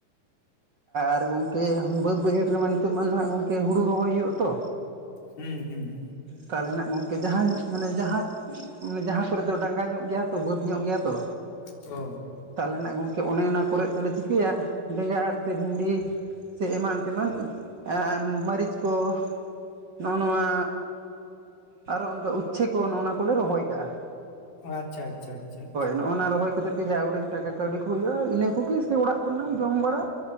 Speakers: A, on the right; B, on the left.
A: ᱟᱨ ᱜᱚᱝᱠᱮ ᱵᱟᱹᱫᱽ ᱵᱟᱹᱭᱦᱟᱹᱲ ᱨᱮᱢᱟ ᱱᱤᱛᱚᱜ ᱢᱟ ᱱᱟᱦᱟᱸᱜ ᱜᱚᱝᱠᱮ ᱦᱩᱲᱩ ᱨᱚᱦᱚᱭ ᱦᱩᱭᱩᱜᱼᱟ ᱛᱚ,
B: ᱦᱩᱸ ᱦᱩᱸ᱾
A: ᱛᱟᱦᱞᱮ ᱦᱮᱸ ᱱᱟᱜ ᱜᱚᱝᱠᱮ ᱡᱟᱦᱟᱸ ᱢᱟᱱᱮ ᱡᱟᱦᱟᱸ ᱢᱟᱱᱮ ᱡᱟᱦᱟᱸ ᱠᱚᱨᱮ ᱫᱚ ᱰᱟᱸᱜᱟ ᱧᱚᱜ ᱜᱮᱭᱟ ᱛᱚ ᱵᱟᱹᱫ ᱧᱚᱜ ᱜᱮᱭᱟ ᱛᱚ,
B: ᱚ᱾
A: ᱛᱟᱦᱞᱮᱱᱟᱜ ᱜᱚᱢᱠᱮ ᱚᱱᱮ ᱚᱱᱟ ᱠᱚᱨᱮ ᱫᱚᱞᱮ ᱪᱤᱠᱟᱹᱭᱟ ᱵᱮᱸᱜᱟᱲ ᱥᱮ ᱵᱷᱤᱱᱰᱤ ᱥᱮ ᱮᱢᱟᱱ ᱛᱮᱢᱟᱱ ᱮᱸ ᱢᱟᱹᱨᱤᱪ ᱠᱚ ᱱᱚᱸᱜᱼᱚ ᱱᱚᱣᱟ ᱟᱨᱚ ᱚᱱᱠᱟ ᱩᱪᱷᱟᱹ ᱠᱚ ᱱᱚᱼᱚ ᱱᱟ ᱠᱚᱞᱮ ᱨᱚᱦᱚᱭ ᱠᱟᱜᱼᱟ
B: ᱟᱪᱪᱷᱟ ᱟᱪᱪᱷᱟ ᱟᱪᱪᱷᱟ ᱟᱪᱪᱷᱟ᱾
A: ᱱᱚᱜᱚ ᱱᱟ ᱨᱚᱦᱚᱭ ᱠᱟᱛᱮᱫ ᱜᱮ ᱡᱟᱸ ᱩᱰᱟᱹᱝ ᱴᱟᱠᱟ ᱠᱟᱹᱣᱰᱤ ᱠᱚ ᱦᱩᱭᱩᱜᱼᱟ ᱤᱱᱟᱹ ᱠᱚᱜᱮ ᱥᱮ ᱚᱲᱟᱜ ᱠᱚᱨᱮᱱᱟᱜ ᱡᱚᱢ ᱵᱟᱲᱟ